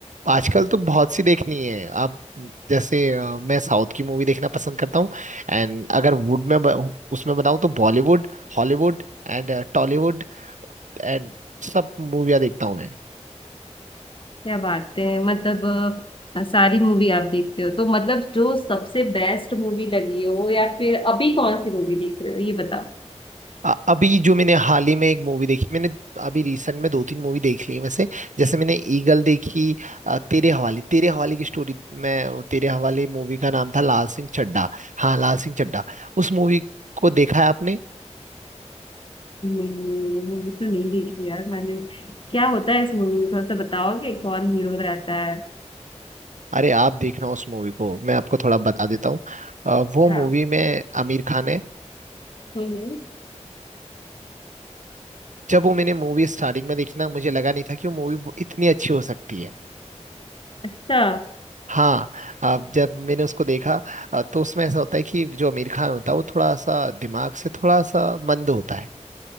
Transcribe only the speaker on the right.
आजकल तो बहुत सी देखनी है आप जैसे अ, मैं साउथ की मूवी देखना पसंद करता हूँ एंड अगर वुड में ब, उसमें बताऊँ तो Bollywood Hollywood and Tollywood and सब मूवियाँ देखता हूँ मैं
अ- अभी जो मैंने हाल ही में एक मूवी देखी मैंने अभी रिसेंट में दो तीन मूवी देख ली है वैसे जैसे मैंने ईगल देखी अ, तेरे हवाले तेरे हवाले की स्टोरी में वो तेरे हवाले मूवी का नाम था लाल सिंह चड्ढा हाँ लाल सिंह चड्ढा उस मूवी को देखा है आपने
अरे आप देखना उस मूवी को मैं आपको थोड़ा बता देता हूँ अ, वो
मूवी में आमिर खान है
जब वो मैंने मूवी स्टार्टिंग में देखी ना मुझे लगा नहीं था कि वो मूवी इतनी अच्छी हो सकती है
हाँ अब जब मैंने उसको देखा अ, तो उसमें ऐसा होता है कि जो आमिर खान होता है वो थोड़ा सा दिमाग से थोड़ा सा मंद होता है